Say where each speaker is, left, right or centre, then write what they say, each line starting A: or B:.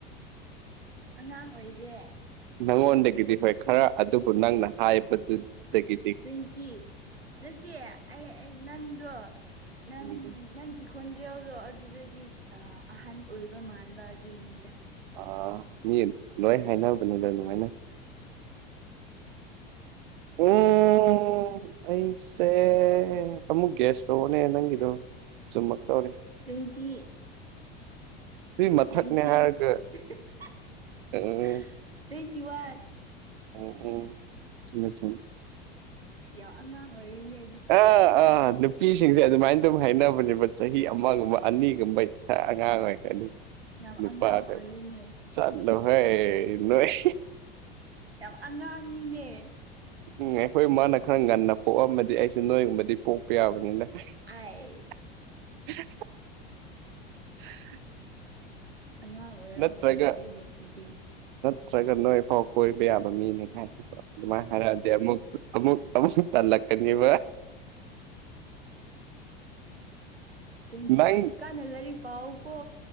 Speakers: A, on the right; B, on the right.
A: ꯑꯉꯥꯡ ꯑꯣꯏꯔꯦ
B: ꯅꯪꯉꯣꯟꯗꯒꯤꯗꯤ ꯍꯣꯏ ꯈꯔ ꯑꯗꯨꯕꯨ ꯅꯪꯅ ꯍꯥꯏꯕꯗꯨꯗꯒꯤ
A: ꯇ꯭ꯋꯦꯟꯇꯤ ꯅꯠꯇꯦ ꯑꯩ ꯅꯪꯗꯣ ꯅꯪ
B: ꯎꯝ
A: ꯅꯪꯒꯤ ꯈꯣꯟꯖꯦꯜꯗꯣ ꯑꯗꯨꯗꯗꯤ ꯑ ꯑꯍꯟ ꯑꯣꯏꯕ ꯃꯥꯟꯕ ꯑꯗꯨꯏꯅꯤꯗ
B: ꯑ ꯃꯤ ꯂꯣꯏ ꯍꯥꯏꯅꯕꯅꯤꯗ ꯑꯗꯨꯃꯥꯏꯅ ꯎ
A: ꯑꯗꯨꯏ
B: ꯎꯝ ꯑꯩꯁꯦ ꯑꯃꯨꯛ ꯒ꯭ꯌꯥꯁ ꯇꯧꯑ‌ꯣꯅꯦ ꯅꯪꯒꯤꯗꯣ ꯆꯨꯝꯃꯛ ꯇꯧꯔꯦ
A: ꯇ꯭ꯋꯦꯟꯇꯤ
B: ꯑꯗꯨꯏ ꯃꯊꯛꯅꯦ
A: ꯅꯥꯏꯟꯇꯤꯟ
B: ꯍꯥꯏꯔꯒ
A: <unintelligible>
B: ꯎꯝ
A: ꯇ꯭ꯋꯦꯟꯇꯤ ꯋꯥꯟ
B: ꯎꯝ ꯎꯝ ꯆꯨꯝꯃ‌ꯦ ꯆꯨꯝꯃ‌ꯦ
A: ꯁꯤ ꯌꯥꯝ ꯑꯉꯥꯡ ꯑꯣꯏꯔꯤꯅꯦ‌
B: ꯑ ꯑ ꯅꯨꯄꯤꯁ ꯁꯤꯡꯁꯦ ꯑꯗꯨꯃꯥꯏꯅ ꯑꯗꯨꯝ ꯍꯥꯏꯅꯕꯅꯦꯕ ꯆꯍꯤ ꯑꯃꯒꯨꯝꯕ ꯑꯅꯤꯒꯨꯝꯕꯩ ꯈꯔ ꯑꯉꯥꯡ ꯑꯣꯏꯔꯀꯅꯤ
A: ꯌꯥꯝ
B: ꯅꯨꯄꯥ
A: ꯑꯉꯥꯡ
B: ꯀ
A: ꯑꯣꯏꯔꯤꯅꯦ
B: ꯆꯠꯂꯍꯣꯏ ꯅꯣꯏ
A: ꯌꯥꯝ ꯑꯉꯥꯡꯅꯤꯅꯦ
B: ꯎꯝ ꯑꯩꯈꯣꯏ ꯃꯥꯅ ꯈꯔ ꯉꯟꯅ ꯄꯣꯛꯑꯝꯃꯗꯤ ꯑꯩꯁꯨ ꯅꯣꯏꯒꯨꯝꯕꯗꯤ ꯄꯣꯛꯄ ꯌꯥꯕꯅꯤꯅ
A: ꯑꯥꯏ
B: <unintelligible> <unintelligible>
A: ꯁ ꯑꯉꯥꯡ ꯑꯣꯏꯔꯝ
B: ꯅꯠꯇ꯭ꯔꯒ
A: ꯂꯩꯔꯝꯃꯤꯅꯦ ꯁꯤꯗꯤ
B: ꯅꯠꯇ꯭ꯔꯒ ꯅꯣꯏꯐꯥꯎ ꯀꯣꯏꯕ ꯌꯥꯕ ꯃꯤꯅꯤ ꯀꯥꯏꯅ ꯑꯗꯨꯃꯥꯏꯅ ꯍꯥꯏꯔꯛꯑꯗꯤ ꯑꯃꯨꯛ ꯑꯃꯨꯛ ꯑꯃꯨꯛꯁꯨ ꯇꯜꯂꯛꯀꯅꯤꯕ
A: ꯇ꯭ꯋꯦꯟꯇꯤ
B: ꯅꯪ
A: ꯋꯥꯟꯅꯤ ꯀꯥꯟꯅ ꯂꯥꯏꯔꯤꯛ ꯄꯥꯎ ꯀꯣ